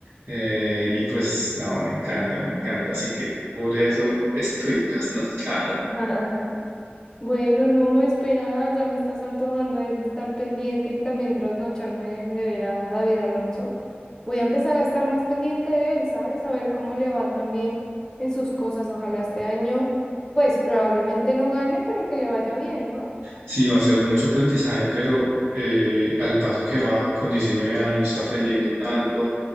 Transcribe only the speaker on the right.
eh, y pues, no, me encanta, me encanta. Así que por eso estoy trasnochado.
Sí, va a ser mucho aprendizaje, pero eh, al paso que va con 19 años, aprendiendo tanto,